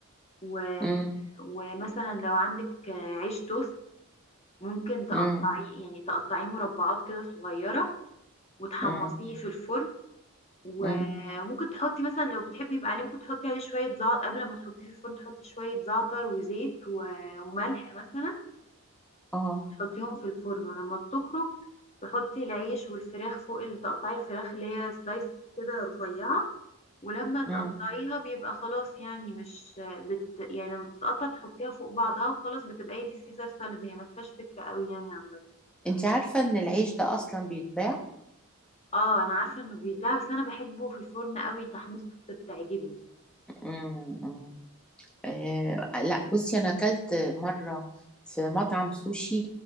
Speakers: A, on the left (about 30°); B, in the centre.
A: و...
B: مم،
A: ومثلا لو عندك آه، عيش توست ممكن تقطعيه
B: مم،
A: يعني تقطعيه مربعات كده صغيرة وتحمصيه
B: مم،
A: في الفرن و-
B: مم،
A: وممكن تحطي مثلا لو بتحبي يبقى عليه ممكن تحطي عليه شوية زعتر قبل ما تحطيه في الفرن تحطي شوية زعتر وزيت و... وملح مثلا
B: اه
A: تحطيهم في الفرن ولما بتخرج تحطي العيش والفراخ فوق ال... تقطعي الفراخ اللي هي سلايس كده رفيعة ولما تقطعيها
B: مم.
A: بيبقى خلاص يعني مش بت... يعني لما بتتقطع بتحطيها فوق بعضها وخلاص بتبقى هي دي سيزر سالاد هي ما فيهاش فكرة قوي يعني عامة
B: انت عارفة ان العيش ده اصلا بيتباع
A: اه انا عارفة انه بيتباع بس انا بحبه في الفرن قوي تحميصته بت- بتعجبني
B: مم، مم. آه لا بصي انا اكلت مرة في مطعم سوشي